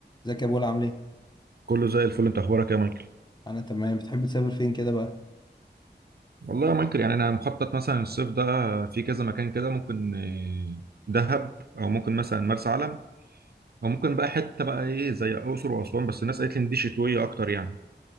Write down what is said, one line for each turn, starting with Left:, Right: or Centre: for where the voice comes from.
Left: ازيك يا بولا عامل ايه؟
Right: كله زي الفل انت اخبارك ايه يا مايكل
Left: انا تمام بتحب تسافر فين كده بقى؟
Right: والله يا مايكل يعني انا مخطط مثلا الصيف ده في كذا مكان كده ممكن آه، دهب او ممكن مثلا مرسى علم او ممكن بقى حته بقى ايه زي الاقصر واسوان بس الناس قالت لي ان دي شتويه اكتر يعني